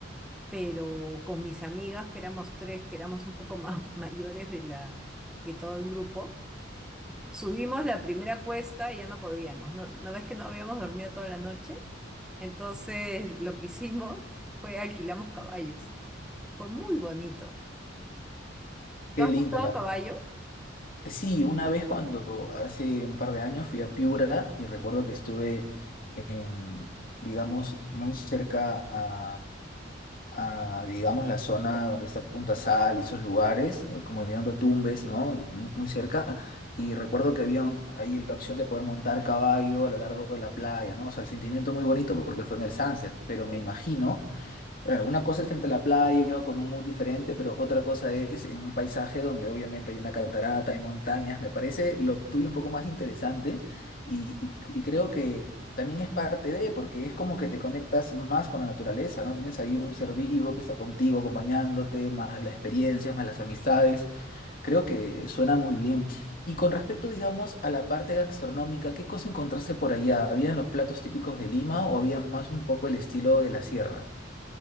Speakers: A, in the centre; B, on the left.
A: pero con mis amigas, que éramos tres, que éramos un poco más <laughs> mayores de la, que todo el grupo subimos la primera cuesta y ya no podíamos. ¿No, no ves que no habíamos dormido toda la noche? Entonces, lo que hicimos fue alquilamos caballos. Fue muy bonito.
B: Qué
A: ¿Tú has
B: linda
A: montado
B: la...
A: caballo?
B: Sí, una vez cuando hace un par de años fui a Piura y recuerdo que estuve en, digamos, muy cerca a, a, digamos, la zona donde está Punta Sal y esos lugares, eh, como llegando a Tumbes, ¿no? Muy, muy cerca. Y recuerdo que había un- ahí la opción de poder montar caballo a lo largo de la playa, ¿no? O sea, el sentimiento muy bonito porque fue en el sunset, pero me imagino eh, Una cosa es frente a la playa o con un mood diferente, pero otra cosa es en un paisaje donde obviamente hay una catarata, hay montañas. Me parece lo tuyo un poco más interesante y, y- y creo que también es parte de, porque es como que te conectas más con la naturaleza, ¿no? Tienes ahí un ser vivo que está contigo, acompañándote, más las experiencias, más las amistades. Creo que suena muy bien. Y con respecto, digamos, a la parte gastronómica, ¿qué cosa encontraste por allá? ¿Habían los platos típicos de Lima o había más un poco el estilo de la sierra?